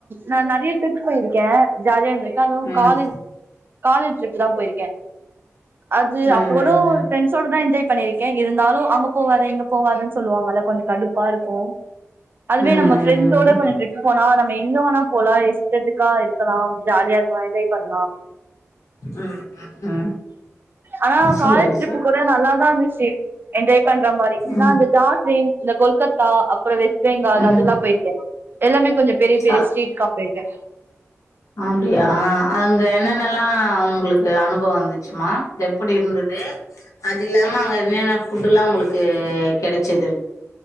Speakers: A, on the right; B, on the left.
A: நா நெறய ட்ரிப் போயிருக்கே ஜாலியா இருந்திருக அது
B: ம்
A: காலேஜ் காலேஜ் ட்ரிப் தா போயிருக்கே அது
B: ம் ம்
A: அப்போலோ ஒரு ஃப்ரெண்ட் ப்ரண்ஸ் வோட தா எஞ்சாய் பண்ணிருக்கே இருந்தாலு அங்க போவாத இங்க போவாதன்னு சொல்லுவாங்கல்ல கொஞ்சோ கடுப்பா இருக்கு அதுவே
B: ம் ம் ம்
A: நம்ம ஃப்ரண்ட்ஸோட
B: ம்
A: கொஞ்சோ ட்ரிப் போனா நம்ம எங்க வேனா போலா இஷ்டத்துக்கா இருக்கலா ஜாலியா இருக்கலா எஞ்சாய் பண்லா
B: ம் ம் ம்
A: ஆனா
B: சேரி
A: காலேஜ் ட்ரிப்பு
B: சேரி
A: கூட நல்ல தா இருந்துச்சி என்ஜாய் பண்ற மாரி
B: ம்
A: நா இந்த ஜார்ஜ்லின் இந்த கொல்கத்தா அப்புற வெஸ் பெங்கால்
B: ம்
A: அதெல்லா போயிருக்கே எல்லாமே கொஞ்சோ பெரிய
B: சா
A: பெரிய ஸ்ட்ரீட்கா போயிருக்கே
B: அப்டியா அங்க என்னென்னல்லா
A: ம்
B: உங்களுக் அனுபவம் இருந்துச்சுமா எப்டி இருந்தது அது இல்லாம அங்க என்னென்ன ஃபுட்டுல்லா உங்களுக்கு கெடச்சது